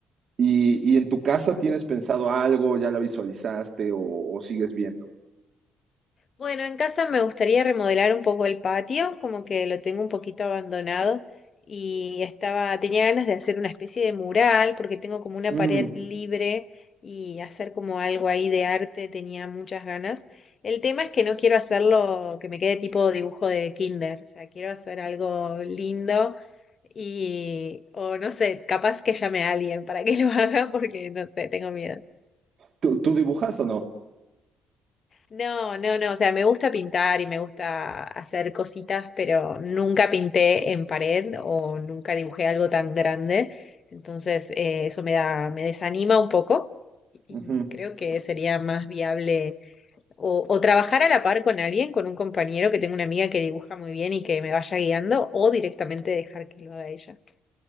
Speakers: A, on the right; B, on the left.
A: ¿Y, y en tu casa tienes pensado algo, ya la visualizaste o, o sigues viendo?
B: Bueno, en casa me gustaría remodelar un poco el patio, como que lo tengo un poquito abandonado y estaba, tenía ganas de hacer una especie de mural porque tengo como una
A: Mm,
B: pared libre y hacer como algo ahí de arte, tenía muchas ganas. El tema es que no quiero hacerlo que me quede tipo dibujo de kinder, o sea, quiero hacer algo lindo y, o no sé, capaz que llame a alguien para que lo <laughs> haga porque no sé, tengo miedo.
A: ¿Tú, tú dibujas o
B: No, no, no, o sea, me gusta pintar y me gusta hacer cositas, pero nunca pinté en pared o nunca dibujé algo tan grande, entonces eh, eso me da, me desanima un poco y
A: no?
B: creo que sería más viable o, o trabajar a la par con alguien, con un compañero que tengo una amiga que dibuja muy bien y que me vaya guiando o directamente dejar que lo haga ella.